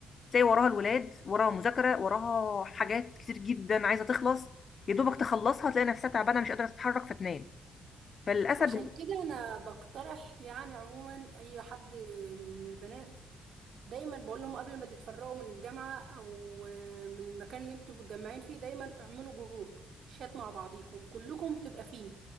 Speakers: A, on the left; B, on the right.
A: تلاقي وراها الولاد وراها مذاكرة وراها حاجات كتير جدا عايزة تخلص يا دوبك تخلصها تلاقي نفسها تعبانة مش قادرة تتحرك فتنام فللأسف
B: عشان كده انا بقترح يعني عموما اي حد من البنات دايما بقول لهم قبل ما تتفرقوا من الجامعة او آه، من المكان اللي انتوا متجمعين فيه دايما اعملوا جروب شات مع بعضيكم كلكم تبقى فيه